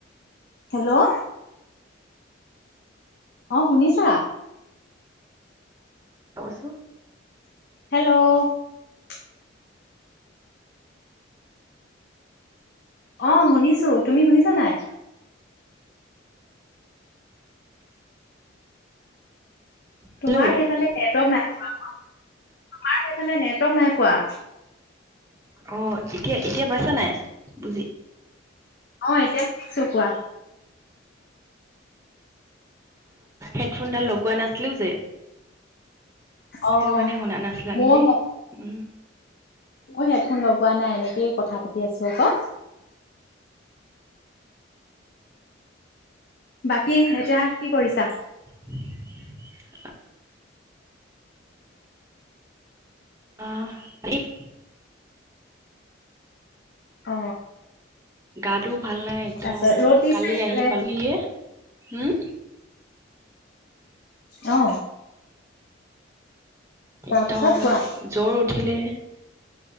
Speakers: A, on the left (about 55°); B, on the right (about 15°).
A: হেল্ল' অ শুনিছা?
B: তচো
A: হেল্ল' অ শুনিছো। তুমি শুনিছা নাই?
B: হেল্ল'
A: তোমাৰ
B: অ
A: সেইফালে নেটৱৰ্ক নাই পোৱা আক তোমাৰ সেইফালে নেটৱৰ্ক নাই পোৱা।
B: অ এতিয়া এতিয়া পাইছা নাই বুজি।
A: অ এতিয়া শুনিছো। কোৱা?
B: হেডফোনডাল লগোৱা নাছিলোঁ যে।
A: অ
B: সেইটো কাৰণে শুনা নাছিলা
A: মই
B: নেকি উম।
A: মই হেডফোন লগোৱা নাই এনেক- এই কথা পাতি আছো আকৌ। বাকী এতিয়া কি কৰিছা।
B: <unintelligible> <inaudible> অহ দিপ।
A: অ।
B: গাটোও ভাল নাই একদম
A: তাৰপিছত ৰ'দ দিছে
B: কালি
A: এইফালে
B: আহি পালোহিহে হোম।
A: অ। তাৰপিছত
B: একদম
A: কোৱা?
B: জৰ উঠিলে